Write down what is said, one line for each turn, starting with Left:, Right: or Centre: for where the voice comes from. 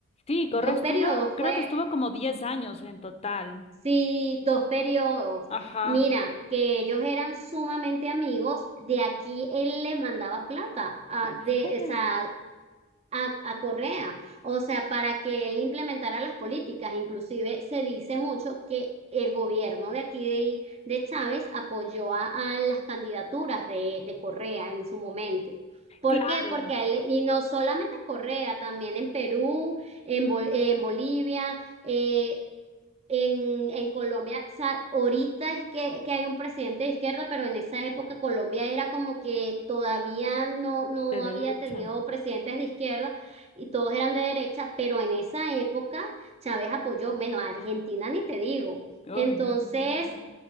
Left: Sí, Correa
Right: Dos
Left: estuvo,
Right: periodos
Left: creo
Right: fue.
Left: que estuvo como 10 años en total.
Right: Sí, dos periodos.
Left: Ajá.
Right: Mira, que ellos eran sumamente amigos. De aquí él le mandaba plata a,
Left: ¿En
Right: de,
Left: serio?
Right: o sea, a, a Correa, o sea, para que él implementara las políticas. Inclusive se dice mucho que el gobierno de aquí de, de Chávez apoyó a, a las candidaturas de, de Correa en su momento. ¿Por
Left: Claro,
Right: qué? Porque a él, y no solamente Correa, también en Perú, en, Bo- en Bolivia eh, en, en Colombia, o sea, ahorita es que, que hay un presidente de izquierda, pero en esa época Colombia era como que todavía no, no
Left: de derecha.
Right: había tenido presidentes de izquierda y todos eran de derecha, pero en esa época Chávez apoyó, menos a Argentina ni te digo.
Left: Ay,
Right: Entonces,
Left: Dios mío, claro.